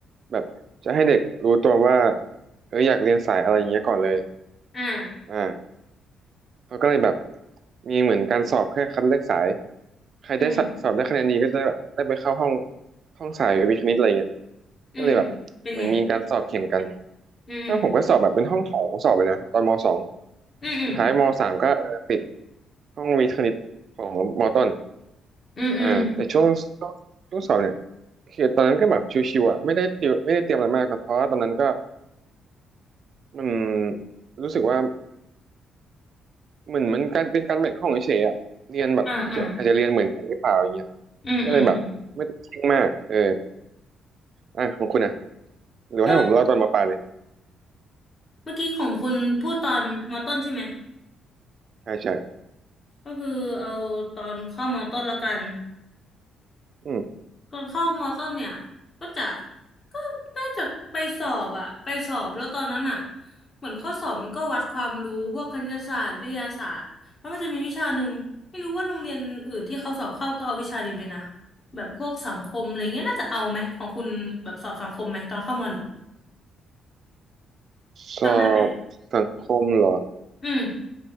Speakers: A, on the right (about 55°); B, on the left (about 35°).
A: แบบจะให้เด็กรู้ตัวว่าเอออยากเรียนสายอะไรอย่างเงี้ยก่อนเลย
B: อ่า
A: อ่าเขาก็เลยแบบมีเหมือนการสอบเพื่อคัดเลือกสาย ใครได้สสอบได้คะแนนดีก็จะแบบได้ไปเข้าห้อง
B: อืม
A: ห้องสายวิทย์คณิตอะไรเงี้ย
B: อืม
A: ก็เลยแบบเหมือนมีการสอบแข่งกัน
B: เป็นไงอืมอืม
A: ก็ผมก็สอบแบบเป็นห้องโถงสอบไปนะตอนมสอง
B: อืมอืม
A: สุดท้ายมสามก็เออติดห้องวิทย์คณิตของมต้น
B: อืมอืม
A: อ่าแต่ช่วงช่วงสอบเนี่ยคือตอนนั้นก็แบบชิวๆอ่ะไม่ได้เตรียมไม่ได้เตรียมอะไรมากแต่เพราะว่าตอนนั้นก็มันรู้สึกว่าเหมือนมันการเป็นการแบ่งห้องเฉยๆอ่ะเรียนแบบอาจจะอาจจะเรียนเหมือนกันหรือเปล่าอย่างเงี้ย
B: อ่าอ่าอืมอืมอืม
A: ก็เลยแบบไม่ได้เคร่งมากเอออ่ะของคุณอ่ะหรือว่าให้ผมเล่าตอนมปลายเลย
B: ก็เมื่อกี้ของคุณพูดตอนมอต้นใช่ไหม
A: ใช่ใช่
B: ก็คือเอาตอนเข้ามอต้นละกัน
A: อืม
B: ก่อนเข้ามอต้นเนี่ยก็จะก็น่าจะไปสอบอะไปสอบแล้วตอนนั้นอะเหมือนข้อสอบมันก็วัดความรู้พวกคณิตศาสตร์วิทยาศาสตร์แล้วมันจะมีวิชาหนึ่งไม่รู้ว่าโรงเรียนอื่นที่เขาสอบเข้าเขาเอาวิชานี้ไปนะแบบพวกสังคมอะไรเงี้ยน่าจะเอาไหมของคุณแบบสอบสังคมไหมตอนเข้ามหนึ่ง
A: สอบสังคมเหรอ
B: จำได้ไหมอืม